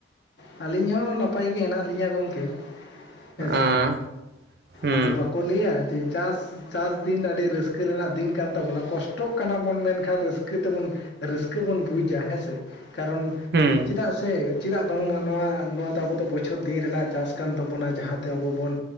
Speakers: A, on the left; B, on the right.
A: ᱟᱹᱞᱤᱧ ᱦᱚᱸᱻ ᱱᱟᱯᱟᱭ ᱜᱮ ᱦᱮᱸᱱᱟᱜ ᱞᱤᱧᱟ ᱜᱚᱢᱠᱮ᱾
B: ᱦᱩᱸ
A: ᱦᱮᱸᱥᱮ
B: ᱦᱩᱸ
A: ᱟᱫᱚ ᱵᱟᱠᱚ ᱞᱟᱹᱭᱟ ᱡᱮ ᱪᱟᱥᱼᱼ ᱪᱟᱥ ᱫᱤᱱ ᱟᱹᱰᱤ ᱨᱟᱹᱥᱠᱟᱹ ᱨᱮᱱᱟᱜ ᱫᱤᱱ ᱠᱟᱱ ᱛᱟᱵᱚᱱᱟ ᱠᱚᱥᱴᱚᱜ ᱠᱟᱱᱟ ᱵᱚᱱ ᱢᱮᱱᱠᱷᱟᱱ ᱨᱟᱹᱥᱠᱟᱹ ᱛᱮᱵᱚᱱ ᱨᱟᱹᱥᱠᱟᱹ ᱵᱚᱱ ᱵᱩᱡ-ᱟ ᱦᱮᱸᱥᱮ, ᱠᱟᱨᱚᱱ
B: ᱦᱩᱸ
A: ᱪᱮᱫᱟᱜ ᱥᱮ ᱪᱮᱫᱟᱜ ᱵᱟᱝᱢᱟ ᱱᱚᱣᱟ ᱱᱚᱣᱟ ᱫᱚ ᱟᱵᱚ ᱫᱚ ᱵᱚᱪᱷᱚᱨ ᱫᱤᱱ ᱨᱮᱱᱟᱜ ᱪᱟᱥ ᱠᱟᱱ ᱛᱟᱵᱚᱱᱟ ᱡᱟᱦᱟᱸᱛᱮ ᱟᱵᱚ ᱵᱚᱱ